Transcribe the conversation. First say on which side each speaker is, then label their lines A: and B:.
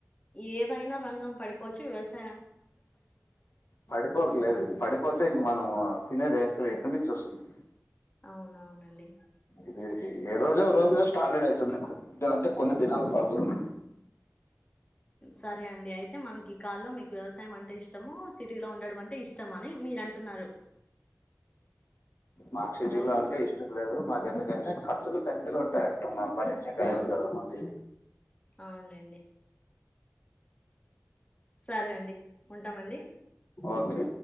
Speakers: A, on the left; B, on the left.
A: ఏదైనా రంగం పడిపోవచ్చు వ్యవసా
B: పడిపోకలేదు ఇది పడిపోతే ఇంక మనము తినేది ఎక్కడ ఎక్కడి నుంచి వస్తుంది
A: అవును అవునండి
B: ఇది ఏ రోజో రోజో స్టాండర్డ్ అయితుంది ఇంకా అంటే కొన్ని దినాలు పడుతుంది
A: సరే అండి అయితే మనకి ఈ కాల్లో మీకు వ్యవసాయం అంటే ఇష్టము సిటీలో ఉండడం అంటే ఇష్టం అని మీరు అంటున్నారు
B: మాకు సిటీలో
A: ఓకే
B: అంటే
A: అండి
B: ఇష్టం లేదు మాకు ఎందుకంటే ఖర్చులు దండిగా వుంటాయంట మా పని చెప్పేల్దు కదా మాకి
A: అవునండి సరే అండి ఉంటామండి
B: ఓకే